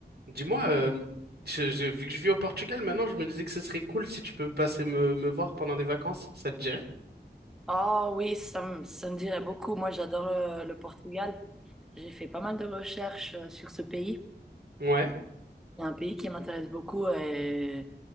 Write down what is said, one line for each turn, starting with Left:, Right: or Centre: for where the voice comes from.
Right: Dis-moi, euh, je, je- vu que je vis au Portugal maintenant, je me disais que ce serait cool si tu peux passer me, me voir pendant des vacances, ça te dirait?
Centre: Ah oui, ça me, ça me dirait beaucoup. Moi, j'adore euh, le, Portugal. J'ai fait pas mal de recherches euh, sur ce pays.
Right: Ouais,
Centre: C'est un pays qui m'intéresse beaucoup et